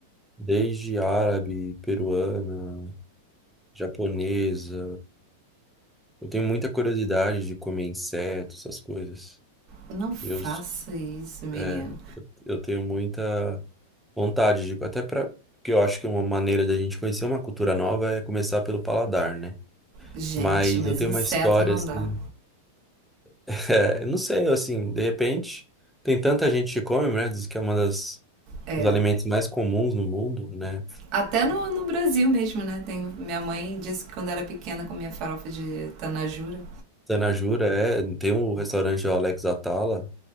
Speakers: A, in the centre; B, on the right.
A: Desde árabe, peruana, japonesa. Eu tenho muita curiosidade de comer insetos, essas coisas.
B: Não faça
A: Eu,
B: isso, menino.
A: é, eu tenho muita vontade de, até para, porque eu acho que uma maneira da gente conhecer uma cultura nova é começar pelo paladar, né?
B: Gente,
A: Mas
B: mas
A: eu tenho
B: inseto
A: uma história
B: não
A: assim,
B: dá.
A: <laughs> é, eu não sei, assim, de repente tem tanta gente que come, né? Diz que é uma das
B: É.
A: dos alimentos mais comuns no mundo, né?
B: Até no, no Brasil mesmo, né? Tem, minha mãe disse que quando era pequena comia farofa de tanajura.
A: Zanajura, é, tem um restaurante o Alex Atala,